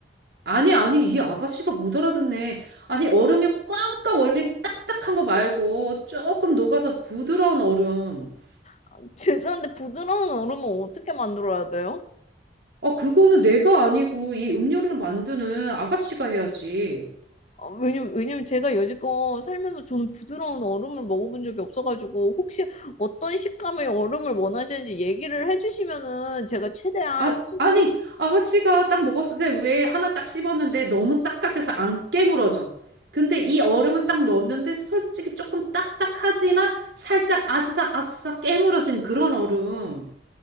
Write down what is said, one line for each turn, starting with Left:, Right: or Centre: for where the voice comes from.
Right: 아니, 아니. 이 아가씨가 못 알아듣네. 아니, 얼음이 꽝꽝 얼린 딱딱한 거 말고, 조금 녹아서 부드러운 얼음.
Left: <laughs> 죄송한데 부드러운 얼음은 어떻게 만들어야 돼요?
Right: 아, 그거는 내가 아니고 이 음료를 만드는 아가씨가 해야지.
Left: 어, 왜냐면, 왜냐면 제가 여지껏 살면서 저는 부드러운 얼음을 먹어본 적이 없어가지고 혹시 어떤 식감의 얼음을 원하시는지 얘기를 해주시면은 제가 최대한
Right: 아,
Left: 최소-
Right: 아니, 아가씨가 딱 먹었을 때 왜 하나 딱 씹었는데 너무 딱딱해서 안 깨물어져. 근데 이 얼음은 딱 넣었는데 솔직히 조금 딱딱하지만 살짝 아스삭 아스삭 깨물어진 그런 얼음.